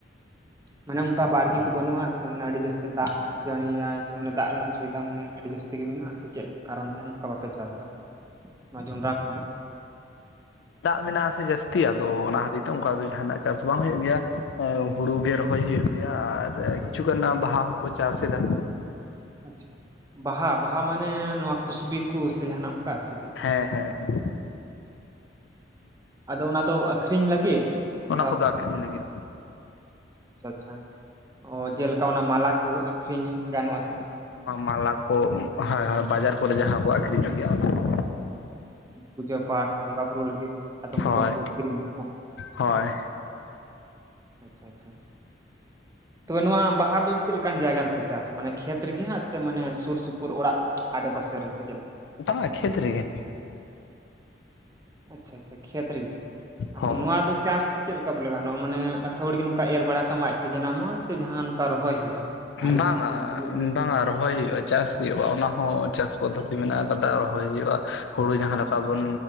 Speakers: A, on the right; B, on the left.
A: ᱢᱟᱱᱮ ᱚᱱᱠᱟ ᱵᱟᱲᱜᱮ ᱠᱚ ᱵᱟᱹᱱᱩᱜᱼᱟ ᱥᱮ ᱢᱟᱱᱮ ᱟᱹᱰᱤ ᱡᱟᱹᱥᱛᱤ ᱫᱟᱜ ᱡᱟᱹᱲᱤᱭᱟᱭ ᱢᱟᱱᱮ ᱫᱟᱜ ᱨᱮᱱᱟᱜ ᱥᱩᱵᱤᱫᱷᱟ ᱢᱟᱱᱮ ᱟᱹᱰᱤ ᱡᱟᱥᱛᱤ ᱜᱮ ᱢᱮᱱᱟᱜᱼᱟ ᱥᱮ ᱪᱮᱫ ᱠᱟᱨᱚᱱ ᱛᱟᱦᱮᱸ ᱱᱚᱝᱠᱟ ᱵᱟᱯᱮ ᱪᱟᱥ ᱮᱫᱟ ᱱᱚᱣᱟ ᱡᱚᱸᱰᱨᱟ ᱠᱷᱚᱱ
B: ᱫᱟᱜ ᱢᱮᱱᱟᱜᱼᱟ ᱥᱮ ᱡᱟᱹᱥᱛᱤ ᱟᱫᱚ ᱚᱱᱟ ᱠᱷᱟᱹᱛᱤᱨ ᱛᱮ ᱚᱱᱠᱟ ᱫᱚ ᱡᱟᱦᱟᱱᱟᱜ ᱪᱟᱥ ᱵᱟᱝ ᱦᱩᱭᱩᱜ ᱜᱮᱭᱟ ᱚᱸᱻ ᱦᱩᱲᱩ ᱜᱮ ᱨᱚᱦᱚᱭ ᱦᱩᱭᱩᱜ ᱜᱮᱭᱟ ᱟᱨ ᱠᱤᱪᱷᱩᱱᱟᱜ ᱵᱟᱦᱟ ᱦᱚᱸᱠᱚ ᱪᱟᱥ ᱮᱫᱟ
A: ᱟᱪᱪᱷᱟ ᱪᱷᱟ ᱵᱟᱦᱟ ᱵᱟᱦᱟ ᱢᱟᱱᱮ ᱱᱚᱣᱟ ᱠᱩᱥᱵᱤ ᱠᱚ ᱥᱮ ᱡᱟᱦᱟᱱᱟᱜ ᱚᱱᱠᱟ ᱥᱮ ᱪᱮᱫ ᱞᱮᱠᱟ᱾
B: ᱦᱮᱸ ᱦᱮᱸ ᱦᱮᱸ
A: ᱟᱫᱚ ᱫᱚ ᱟᱠᱷᱨᱤᱧ ᱞᱟᱹᱜᱤᱫ ᱚᱠᱟ
B: ᱚᱱᱟ ᱠᱚᱫᱚ ᱟᱹᱠᱷᱨᱤᱧ ᱞᱟᱹᱜᱤᱫ
A: ᱟᱪᱪᱷᱟ ᱟᱪᱪᱷᱟ ᱚ ᱡᱮᱞᱮᱠᱟ ᱚᱱᱟ ᱢᱟᱞᱟ ᱠᱩ ᱟᱹᱠᱷᱨᱤᱧ ᱜᱟᱱᱚᱜ
B: ᱦᱮᱸ ᱢᱟᱞᱟ ᱠᱚ ᱦᱟᱸ ᱵᱟᱡᱟᱨ ᱠᱚᱨᱮ
A: ᱢᱟᱞᱟ
B: ᱡᱟᱦᱟᱸ ᱠᱚ ᱟᱠᱷᱨᱤᱧᱚᱜ ᱜᱮᱭᱟ ᱚᱱᱟ ᱠᱚ
A: ᱯᱩᱡᱟᱹ ᱯᱟᱴᱷᱥ ᱥᱮ ᱵᱚᱸᱜᱟ ᱵᱩᱨᱩ ᱞᱟᱹᱜᱤᱫ, ᱟᱫᱚᱢ
B: ᱦᱳᱭ
A: ᱠᱚᱫᱚ ᱠᱚ ᱠᱤᱨᱤᱧᱟ ᱥᱮ ᱵᱟᱝ
B: ᱦᱳᱭ
A: ᱟᱪᱪᱷᱟ ᱟᱪᱪᱷᱟ, ᱛᱚᱵᱮ ᱱᱚᱣᱟ ᱵᱟᱦᱟ ᱫᱚ ᱪᱮᱫ ᱞᱮᱠᱟᱱ ᱡᱟᱭᱜᱟ ᱨᱮᱯᱮ ᱪᱟᱥᱟ ᱢᱟᱱᱮ ᱠᱷᱮᱛ ᱨᱮᱜᱮ ᱦᱟᱸᱜ ᱥᱮ ᱢᱟᱱᱮ ᱥᱩᱨ ᱥᱩᱯᱩᱨ ᱚᱲᱟᱜ ᱟᱲᱮ ᱯᱟᱥᱮ ᱨᱮ ᱥᱮ ᱪᱮᱫ ᱞᱮᱠᱟ?
B: ᱵᱟᱝᱟ ᱠᱷᱮᱛ ᱨᱮᱜᱮ᱾
A: ᱟᱪᱪᱷᱟ ᱟᱪᱪᱷᱟ ᱠᱷᱮᱛ ᱨᱮᱜᱮ, ᱟᱫᱚ
B: ᱦᱚᱸ
A: ᱱᱚᱣᱟ ᱫᱚ ᱪᱟᱥ ᱪᱮᱫ ᱞᱮᱠᱟ ᱵᱚᱞᱮ ᱜᱟᱱᱚᱜᱼᱟ ᱢᱟᱱᱮ ᱟᱹᱛᱷᱟᱣᱲᱤ ᱜᱮ ᱱᱚᱝᱠᱟ ᱮᱨ ᱵᱟᱲᱟ ᱠᱟᱢ ᱟᱡᱛᱮ ᱡᱟᱱᱟᱢᱚᱜᱼᱟ ᱥᱮ ᱡᱟᱦᱟ ᱚᱱᱠᱟ ᱨᱚᱦᱚᱭ ᱦᱩᱭᱩᱜᱼᱟ, ᱫᱷᱟᱨᱮ
B: ᱵᱟᱝᱟ
A: ᱫᱷᱟᱨᱮ ᱥᱮ ᱢᱤᱫᱴᱮᱡ ᱢᱤᱫᱴᱮᱱ
B: ᱵᱟᱝᱟ ᱨᱚᱦᱚᱭ ᱦᱩᱭᱩᱜᱼᱟ ᱪᱟᱥ ᱦᱩᱭᱩᱜᱼᱟ ᱚᱱᱟ ᱦᱚᱸ ᱪᱟᱥ ᱯᱚᱫᱽᱫᱷᱚᱛᱤ ᱢᱮᱱᱟᱜ ᱟᱠᱟᱫᱟ᱾ ᱨᱚᱦᱚᱭ ᱦᱩᱭᱩᱜᱼᱟ ᱦᱩᱲᱩ ᱡᱟᱦᱟᱸ ᱞᱮᱠᱟ ᱵᱚᱱ